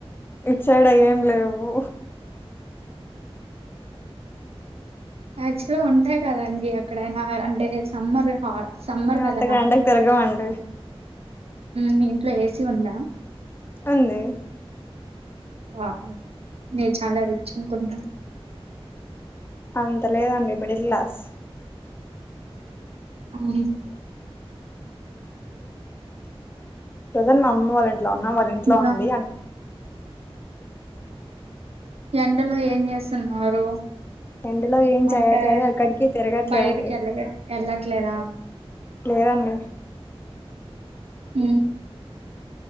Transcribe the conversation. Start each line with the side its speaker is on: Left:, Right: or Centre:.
Left: ఇ సైడ్ ఏం లేవు
Right: యాక్చువల్గా ఉంటాయి కదండి ఎక్కడైనా అంటే సమ్మర్ సమ్మర్
Left: మేము అంతగా
Right: కదా
Left: ఎండకి తిరగామండి
Right: మీ ఇంట్లో ఏసీ ఉందా
Left: అంది
Right: ఆ నేను చాలా రిచ్ అనుకుంటా
Left: అంత లేదండి మిడిల్ క్లాస్
Right: అవు
Left: చజన్ మా అమ్మ వాళంట ఇంట్లో ఉన్నా మరి ఇంట్లో
Right: ఇంకా
Left: ఉంది అంటే
Right: ఎండలో ఏం చేస్తున్నారు
Left: ఎండలో ఏం చేయట్లేదు
Right: అంటే
Left: అక్కడికి తిరగట్లేదండి
Right: బయటికి వెళ్ళ ఎళ్ళట్లేదా
Left: లేదండి
Right: ఊ